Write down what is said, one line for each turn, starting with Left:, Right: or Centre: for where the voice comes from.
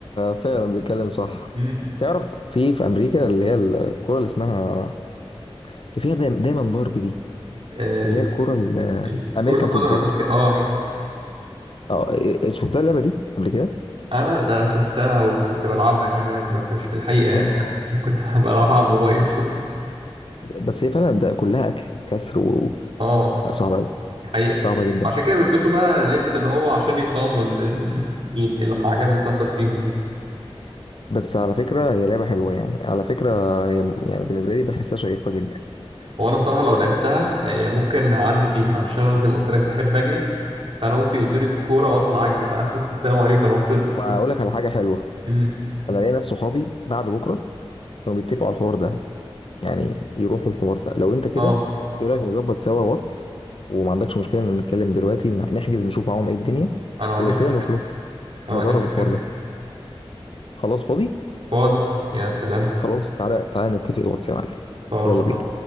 Left: فعلا بتتكلم صح
Right: امم
Left: تعرف في في امريكا اللي هي الكرة اللي اسمها اللي فيها دايما دايما ضرب دي
Right: ال...
Left: اللي هي الكرة
Right: ال...
Left: الامريكان
Right: كره القدم
Left: فوتبول
Right: الامريكيه اه
Left: اه إيه- شفتها اللعبة دي قبل كده
Right: انا ده انا شفتها وكنت بلعبها كمان بس مش في الحقيقه يعني
Left: يا نهار
Right: <laughs> كنت بلعبها على الموبايل <laughs>
Left: بس هي فعلا ده كلها قتل كسر و...
Right: اه
Left: لا، صعبة أوي،
Right: دي حقيقه
Left: صعبة جدا
Right: عشان كده بيلبسوا بقى لبس اللي هو عشان يقاوموا ال- <laughs> ال- اللمعجان اللي بتحصل فيهم دي
Left: بس على فكرة هي لعبة حلوة يعني على فكرة هي يعني بالنسبة لي بحسها شيقة جدا
Right: هو انا الصراحه لو لعبتها يعني ممكن هعدي فيها علشان انا زي ما قلت لك بحب اجري فانا ممكن يدوني الكوره واطلع اجري بقى <laughs> السلام عليكم انا وصلت
Left: وأقول
Right: <laughs>
Left: لك على حاجة حلوة
Right: امم
Left: أنا ليا ناس صحابي بعد بكرة كانوا بيتفقوا على الحوار ده يعني يروحوا الحوار ده لو انت كده
Right: اه
Left: ايه رايك نظبط سوا واتس وما عندكش مشكله ان نتكلم دلوقتي نحجز نشوف معاهم ايه الدنيا
Right: انا ما عنديش
Left: ولو كده
Right: مشكله
Left: نروح له
Right: انا
Left: نجرب
Right: ما عنديش مشكله
Left: الحوار ده خلاص فاضي
Right: فاضي يا سلام
Left: خلاص تعالى تعالى نتفق واتس يا معلم
Right: خالص
Left: يلا بينا